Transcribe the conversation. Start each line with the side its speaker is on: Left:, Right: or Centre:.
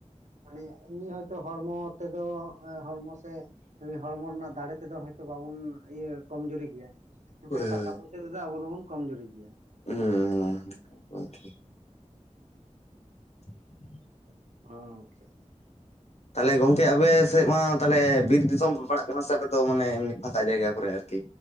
Right: ᱢᱟᱱᱮ ᱮᱢᱱᱤ ᱦᱚᱭᱛᱚ ᱦᱚᱲᱢᱚ ᱛᱮᱫᱚ ᱦᱚᱲᱢᱚ ᱥᱮ ᱦᱚᱲᱢᱚ ᱨᱮᱱᱟᱜ ᱫᱟᱲᱮ ᱛᱮᱫᱚ ᱦᱚᱭᱛᱚ ᱵᱟᱵᱚᱱ ᱤᱭᱟᱹ ᱠᱚᱢᱡᱩᱨᱤ ᱜᱮᱭᱟ᱾ ᱢᱮᱱᱠᱷᱟᱱ
Left: ᱦᱳᱭ
Right: ᱴᱟᱠᱟ
Left: ᱦᱳᱭ
Right: ᱯᱚᱭᱸᱥᱟ ᱛᱮᱫᱚ ᱟᱵᱚ ᱫᱚᱵᱚᱱ ᱠᱚᱢᱡᱩᱨᱤ ᱜᱮᱭᱟ᱾
Left: ᱦᱩᱸ ᱦᱩᱸ ᱜᱚᱝᱠᱮ᱾ <inaudible>
Right: ᱦᱚ ᱟᱪᱷᱟ᱾
Left: ᱛᱟᱦᱚᱞᱮ ᱜᱚᱢᱠᱮ ᱟᱯᱮ ᱥᱮᱫ ᱢᱟ ᱛᱟᱦᱚᱞᱮ ᱵᱤᱨ ᱫᱤᱥᱚᱢ ᱯᱮ ᱯᱟᱲᱟᱜ ᱠᱟᱱᱟ ᱥᱮ ᱟᱯᱮ ᱫᱚ ᱢᱟᱱᱮ ᱮᱢᱱᱤ ᱯᱷᱟᱠᱟ ᱡᱟᱭᱜᱟ ᱠᱚᱨᱮ ᱟᱨᱠᱤ?